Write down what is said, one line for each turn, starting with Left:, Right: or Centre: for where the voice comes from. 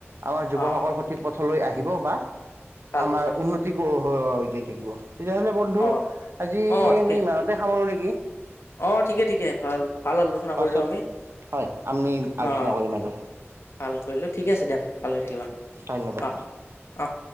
Right: আমাৰ যুৱকসকল
Left: অ
Right: সঠিক পথ লৈ আহিব বা আমাৰ
Left: ভাল কৈছা
Right: উন্নতিক হয় অ হৈ যাই থাকিব তেতিয়াহ'লে বন্ধু
Left: অ
Right: আজি
Left: অ ঠিকে
Right: তাতে <unintelligible> নেকি
Left: অ ঠিকে ঠিকে ভাল ভাল আলোচনা
Right: পাছত
Left: কৰিলোঁ আমি
Right: হয় আমি আলোচনা
Left: অ
Right: কৰিম আৰু
Left: ভাল কৰিলোঁ ঠিকে আছে দিয়া ভালকৈ থাকিবা
Right: ধন্যবাদ
Left: অ অহ